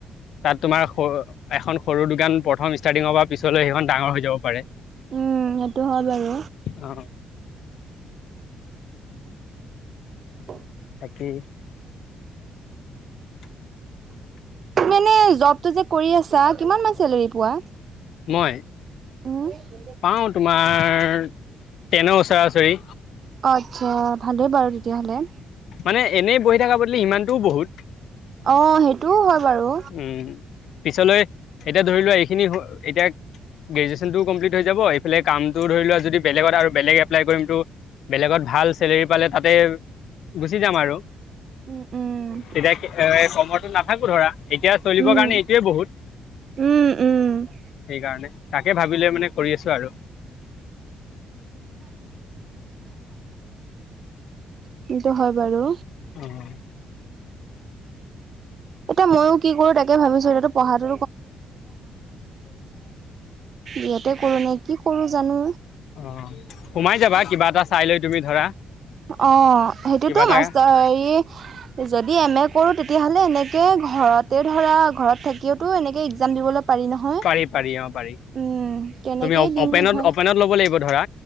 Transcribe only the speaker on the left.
তাত তোমাৰ সৰু। এখন সৰু দোকান প্ৰথম ষ্টাৰ্টিংৰ পৰা পিছলৈ সেইখন ডাঙৰ হৈ যাব পাৰে।
অ
তাকেই <inaudible>
মই
পাওঁ তোমাৰ টেনৰ ওচৰা ওচৰি,
মানে এনেই বহি থকা বদলি ইমানটোও বহুত
উম, পিছলৈ এতিয়া ধৰি লোৱা এইখিনি এতিয়া। গ্ৰেজুৱেশচনটো কমপ্লিট হৈ যাব এইফালে কামটো ধৰি লোৱা যদি বেলেগত আৰু বেলেগ এপ্লাই কৰিমটো। বেলেগত ভাল চেলেৰি পালে তাতে গুচি যাম আৰু।
তেতিয়া এ কমতটো নাথাকো ধৰা। এতিয়া চলিবৰ
কাৰণে এইটোৱে বহুত।
সেইকাৰণে তাকে ভাবি লৈ মানে কৰি আছো আৰু
অহ,
অ' সোমাই যাবা কিবা এটা চাই লৈ তুমি ধৰা
কিবা এটা
পাৰি পাৰি অ পাৰি
তুমি
অপেনত
অপেনত ল'ব লাগিব ধৰা